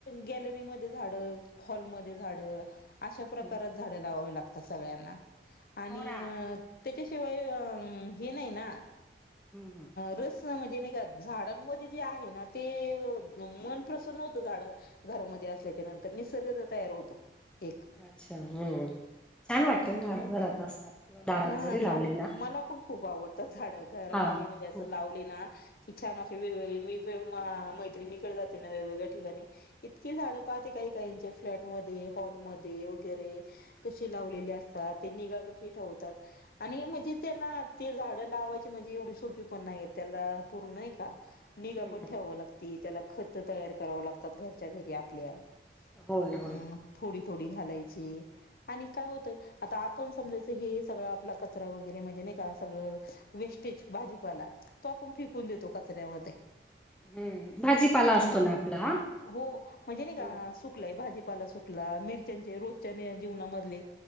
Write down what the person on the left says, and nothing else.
गॅलरीमध्ये झाडं हॉलमध्ये झाडं अशा प्रकारात
झाडं लावावी लागतात सगळ्यांना आणि
अ त्याच्याशिवाय अ हे नाही ना
रस त म्हणजे नाही का झाडांमध्ये जे आहे ना, ते मन प्रसन्न होतं झाडं घरामध्ये असल्याच्यानंतर निसर्गच तयार होतो एक.
हम्म
हा
झाड
मला पण खूप आवडतं झाडं घरामध्ये
म्हणजे असं
लावली ना कि छान असे वेगवेगळे मी आ मैत्रिणीकडं जाते ना वेगवेगळ्या ठिकाणी इतकी झाडं पाहते काही काहींच्या फ्लॅटमध्ये हॉलमध्ये वगैरे कशी लावलेले असतात, ते निगा कशी ठेवतात? आणि म्हणजे त्याला ते झाडं लावायची म्हणजे एवढी सोपी पण नाही, त्याला पूर्ण नाही का निगा
पण ठेवावं लागती, त्याला खतं तयार करावं लागतात घरच्या घरी आपल्या.
हम्म
थोडी थोडी घालायची आणि काय होतं आता आपण समजायचं हे सगळं आपला कचरा वगैरे म्हणजे नाही का सगळं वेस्टेज भाजीपाला तो आपण फेकून देतो कचऱ्यामध्ये.
अ
हो म्हणजे नाही का
सुकलाय भाजीपाला सुकला मिरच्यांचे रोजच्या जीवनामधले